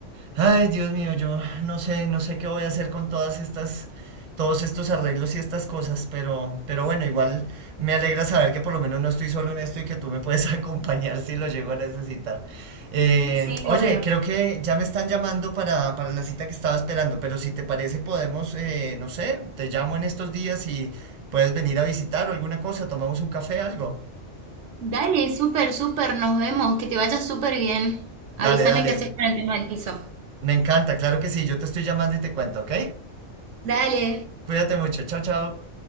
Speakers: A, on the right; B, on the right.
A: Ay, Dios mío, yo no sé, no sé qué voy a hacer con todas estas, todos estos arreglos y estas cosas, pero, pero bueno, igual me alegra saber que por lo menos no estoy solo en esto y que tú me puedes <laughs> acompañar si lo llego a necesitar. Eh,
B: Sí,
A: oye,
B: obvio.
A: creo que ya me están llamando para, para la cita que estaba esperando, pero si te parece podemos, eh, no sé, te llamo en estos días y puedes venir a visitar o alguna cosa, tomamos un café, algo.
B: Dale, súper, súper, nos vemos. Que te vaya súper bien.
A: Dale,
B: Avísame
A: dale,
B: qué haces con el tema del piso.
A: me encanta, claro que sí, yo te estoy llamando y te cuento, ¿ok?
B: Dale.
A: Cuídate mucho, chao, chao.